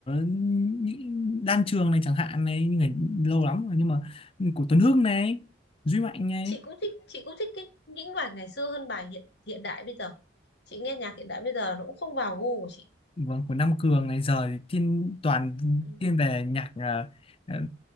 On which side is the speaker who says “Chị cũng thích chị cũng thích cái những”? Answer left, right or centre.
Left